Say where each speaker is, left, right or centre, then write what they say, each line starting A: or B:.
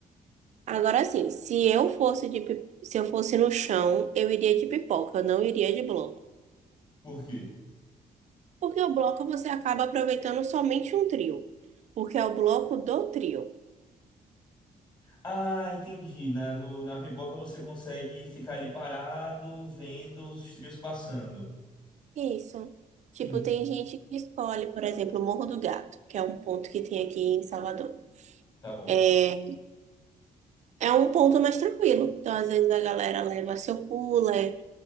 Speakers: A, on the right (about 55°); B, on the left (about 30°).
A: Agora sim, se eu fosse de, pi- se eu fosse no chão, eu iria de pipoca, eu não iria de bloco.
B: Por quê?
A: Porque o bloco você acaba aproveitando somente um trio, porque é o bloco do trio.
B: Ah, entendi. Na, no- na pipoca você consegue ficar ali parado, vendo os trios passando.
A: Isso. Tipo,
B: Entendi,
A: tem gente que escolhe, por exemplo, o Morro do Gato, que é um ponto que tem aqui em Salvador.
B: tá bom.
A: É, É um ponto mais tranquilo. Então, às vezes a galera leva seu cooler,